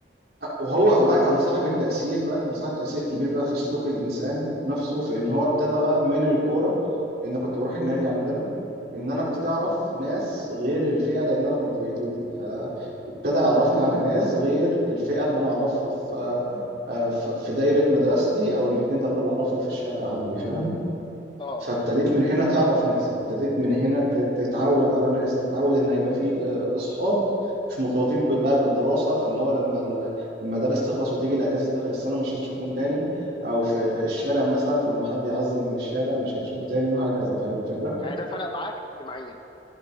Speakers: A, on the right (about 60°); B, on the left (about 25°).
A: وهو بقى كان صاحب التأثير بقى كان صاحب تأثير كبير بقى في سلوك الإنسان نفسه في إن هو ابتدى بقى من الكورة لأن كنت بروح النادي عندنا إن أنا ابتدي أعرف ناس غير الفئة لأن أنا كنت بيتوتي فابتدى يعرفني على ناس غير الفئة اللي أنا أعرفها في آه، آه، في في دايرة مدرستي أو الاتنين تلاتة اللي أعرفهم في الشارع عندي فاهم
B: اه
A: فابتديت من هنا تعرف ناس ابتديت من هنا ت- تتعود على ناس تتعود ان يبقى في آه، اصحاب مش مرتبطين ب- بقى بالدراسه فاللي هو لما ال- لما الدرس تخلص وتيجي الاجازه اخر السنه مش هتشوفهم تاني او في الشارع مثلا فلما حد يعزل من الشارع مش هتشوفه تاني وهكذا فاهم الفكره
B: يعني ده فرق معاك اجتماعيا